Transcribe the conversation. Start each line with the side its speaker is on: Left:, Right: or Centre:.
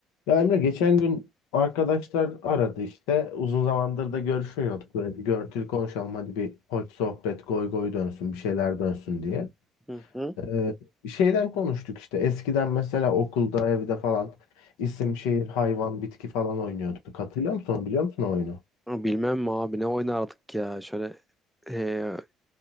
Left: Ya Emre geçen gün arkadaşlar aradı işte. Uzun zamandır da görüşmüyorduk. Böyle bir görüntülü konuşalım hadi bir hoş sohbet goy goy dönsün bir şeyler dönsün diye.
Centre: Hı hı.
Left: Ee, şeyden konuştuk işte eskiden mesela okulda evde falan isim şehir hayvan bitki falan oynuyorduk. Hatırlıyor musun onu biliyor musun o oyunu?
Centre: Ama Bilmem mi abi ne oynardık ya şöyle eee,